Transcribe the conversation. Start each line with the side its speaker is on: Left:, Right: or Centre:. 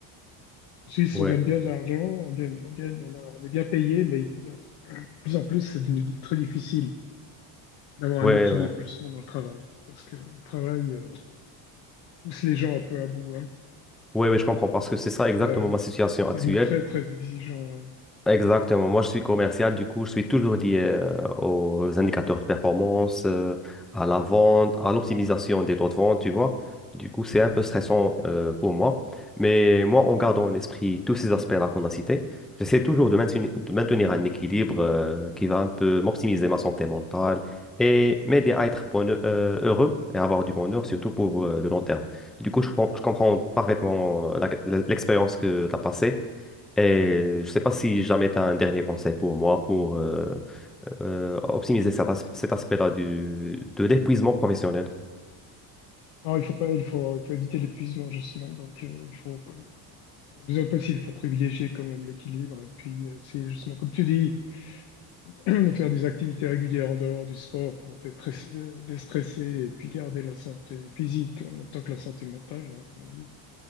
Left: Suisse,
Centre: ouais.
Left: on gagne bien de l'argent, on gagne, on gagne, on a- on est bien payé, mais il y a, de plus en plus, c'est devenu di- très difficile d'avoir
Centre: Ouais,
Left: un équilibre
Centre: ouais.
Left: justement dans le travail, parce que le travail euh, pousse les gens un peu à bout. hein.
Centre: Oui, oui, je comprends parce que c'est ça exactement
Left: Euh,
Centre: ma situation
Left: c'est
Centre: actuelle.
Left: devenu très très exigeant. ouais.
Centre: Exactement. Moi, je suis commercial, du coup, je suis toujours lié euh, aux indicateurs de performance, euh, à la
Left: Mhm,
Centre: vente, à l'optimisation des taux de vente, tu vois. Du coup, c'est
Left: mhm,
Centre: un peu stressant euh, pour moi. Mais moi, en gardant en esprit tous ces aspects-là qu'on a cités, j'essaie toujours de maintenir, de maintenir un équilibre euh, qui va un peu m'optimiser ma santé mentale et m'aider à être bonheur- euh, heureux et avoir du bonheur,
Left: mhm.
Centre: surtout pour euh, le long terme. Du coup, je, com- je comprends parfaitement la- l'expérience que tu as passée. Et je sais pas si jamais tu as un dernier conseil pour moi pour euh, euh, optimiser cet, as- cet aspect-là du, de l'épuisement professionnel.
Left: Non, il faut pas, il faut, il faut éviter l'épuisement justement. Donc, euh, il faut, pas- dans la mesure du possible, il faut privilégier quand même l'équilibre. Et puis, euh, c'est justement comme tu dis, <clears throat> de faire des activités régulières en dehors du sport pour se détresser- euh, déstresser et puis garder la santé physique en même temps que la santé mentale, hein, comme on dit.